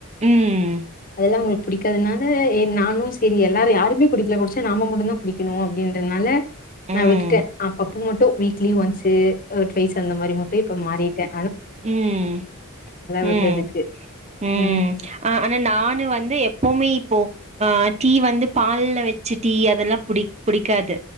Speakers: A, on the right; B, on the left.
A: உம்
B: அதெல்லா அவுங்களுக்கு பிடிக்காதுனால நானு செரி எல்லாரு யாருமே குடிக்கல குடிச்சா நம்ம மட்டூ தா குடிக்கணு அப்டின்றதுனால
A: ம்
B: நா விட்டுட்டே அப்பப்ப மட்டூ வீ வீக்லி ஒன்ஸூ டூவைஸ் அந்த மாரி மட்டூ இப்ப மாறிட்ட
A: உம்
B: விடுறதுக்கு.
A: உம் உம்
B: ம்.
A: ஆ ஆனா நானு வ து எப்போமே இப்போ ஆஹ் டீ வந்து பால்ல வச்சு டீ அதெல்லா புடி புடிக்காது